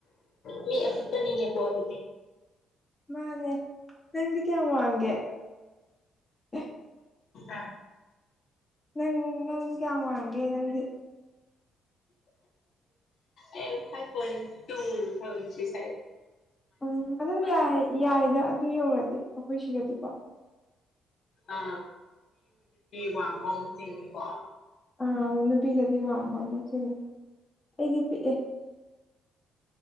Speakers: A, on the left (about 60°); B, on the left (about 20°).
A: ꯃꯤ ꯑꯄꯤꯛꯄꯅꯤꯅꯦꯀꯣ ꯑꯗꯨꯗꯤ
B: ꯃꯥꯅꯦ ꯅꯪꯗꯤ ꯀꯌꯥꯝ ꯋꯥꯡꯒꯦ ꯑꯦ
A: ꯑꯥ
B: ꯅꯪ ꯅꯪ ꯀꯌꯥꯝ ꯋꯥꯡꯒꯦ ꯅꯪꯗꯤ
A: ꯑꯩ five point two five point three ꯁ꯭ꯋꯥꯏꯗ
B: ꯎꯝ ꯑꯗꯨꯝ ꯌꯥꯏ ꯌꯥꯏꯗ ꯑꯗꯨ ꯌꯧꯔꯗꯤ ꯑꯩꯈꯣꯏ ꯁꯤꯗꯗꯤꯀꯣ
A: ꯑ <inaudible> ꯋꯥꯡꯕ ꯆꯤꯡꯉꯤꯀꯣ
B: ꯑꯥ ꯅꯨꯄꯤꯗꯗꯤ ꯋꯥꯡꯕ ꯑꯃꯨꯛ ꯆꯤꯡꯉꯦ ꯑꯩꯗꯤ ꯄꯤꯛꯑꯦ